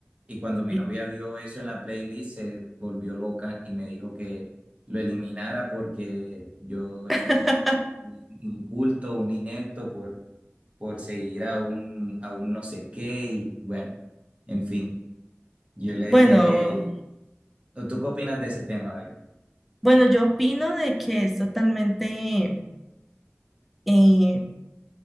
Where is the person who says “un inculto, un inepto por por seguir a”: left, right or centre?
Right